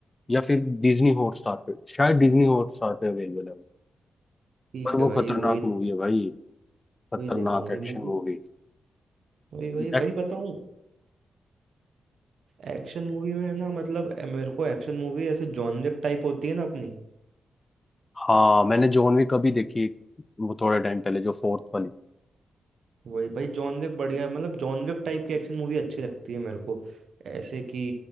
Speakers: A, on the left (about 30°); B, on the right (about 70°).
A: या फिर डिज्नी हॉटस्टार पे शायद डिज्नी हॉटस्टार पे अवेलेबल है वो
B: ठीक
A: पर वो
B: है भाई
A: खतरनाक
B: वही
A: मूवी है भाई खतरनाक
B: वही देखूँ वही
A: एक्शन
B: मूवी
A: मूवी
B: वही वही
A: Act-
B: वही बताऊँ एक्शन मूवी में ना मतलब ए- मेरे को एक्शन मूवी ऐसे जॉन विक टाइप होती है ना अपनी
A: हाँ मैंने जॉन विक अभी देखी एक, वो थोड़े टाइम पहले जो फोर्थ वाली
B: वही भाई जॉन विक बढ़िया मतलब जॉन विक टाइप की एक्शन मूवी अच्छी लगती है मेरे को ऐसे कि